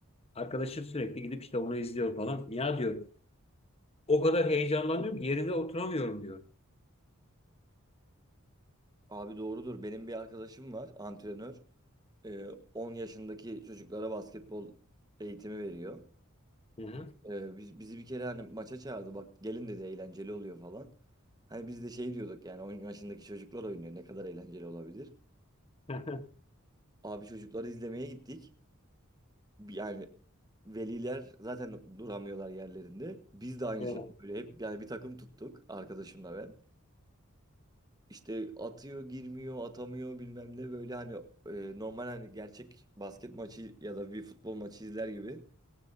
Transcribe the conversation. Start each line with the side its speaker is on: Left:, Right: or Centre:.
Left: Arkadaşım sürekli gidip işte onu izliyor falan. Ya diyor, o kadar heyecanlanıyorum ki yerimde oturamıyorum diyor.
Right: Abi doğrudur. Benim bir arkadaşım var, antrenör. Ee, 10 yaşındaki çocuklara basketbol eğitimi veriyor.
Left: Hı hı.
Right: Ee, biz, bizi bir kere hani maça çağırdı. Bak gelin dedi eğlenceli oluyor falan. Hani biz de şey diyorduk yani 10 yaşındaki çocuklar oynuyor. Ne kadar eğlenceli olabilir.
Left: <laughs>
Right: Abi çocukları izlemeye gittik. Bir- Yani veliler zaten duramıyorlar yerlerinde. Biz de aynı
Left: Evet,
Right: şekilde böyle hep yani bir takım tuttuk arkadaşımla ben. İşte atıyor, girmiyor, atamıyor bilmem ne böyle hani e, normal hani gerçek basket maçı ya da bir futbol maçı izler gibi